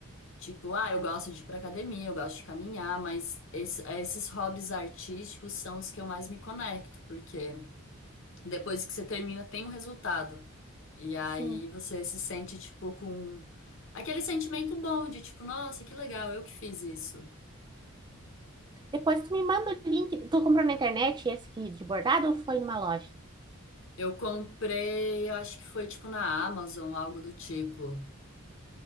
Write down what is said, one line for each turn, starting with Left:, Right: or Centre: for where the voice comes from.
Left: Tipo, ah, eu gosto de ir pra academia, eu gosto de caminhar, mas esse- esses hobbies artísticos são os que eu mais me conecto, porque depois que você termina, tem um resultado. E aí
Right: sim.
Left: você se sente, tipo, com aquele sentimento bom de, tipo, nossa, que legal, eu que fiz isso.
Right: Depois tu me manda o link. Tu comprou na internet esse que de bordado ou foi numa loja?
Left: Eu comprei, eu acho que foi, tipo, na Amazon, algo do tipo.